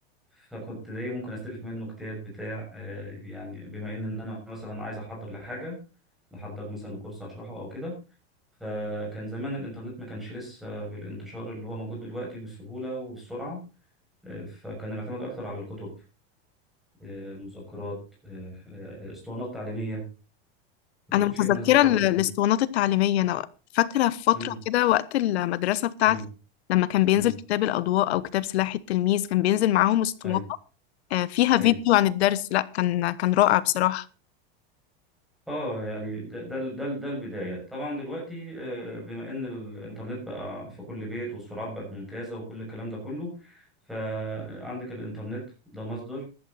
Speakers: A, in the centre; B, on the left (about 70°).
A: فكنت ايه ممكن استلف منه كتاب بتاع آه، يعني بما ان إن انا مثلا عايز احضر لحاجه احضر مثلا كورس هشرحه او كده فكان زمان الانترنت ما كانش لسه بالانتشار اللي هو موجود دلوقتي بالسهوله والسرعه آه، فكان الاعتماد اكتر على الكتب آه، مذكرات آه، آه، اسطوانات تعليميه
B: انا
A: آه،
B: متذكرة
A: شيء من هذا القبيل
B: ال- الاسطوانات التعليمية انا فاكرة في فترة
A: م-
B: كده وقت المدرسة بتاعتي
A: م- م-
B: لما كان بينزل
A: م.
B: كتاب الاضواء او كتاب سلاح التلميذ كان بينزل معاهم اسطوانة
A: ايوه
B: آه، فيها فيديو
A: ايوه
B: عن الدرس لا كان كان رائع بصراحة
A: اه يعني ده ده ده, ده البدايه طبعا دلوقتي آه، بما ان الانترنت بقى في كل بيت والسرعات بقت ممتازه وكل الكلام ده كله فعندك الانترنت ده مصدر